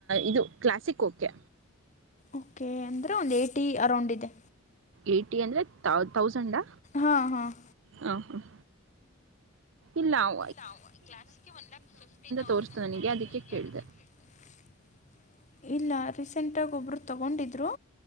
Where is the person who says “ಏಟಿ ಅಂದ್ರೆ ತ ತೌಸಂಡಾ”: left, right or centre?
Right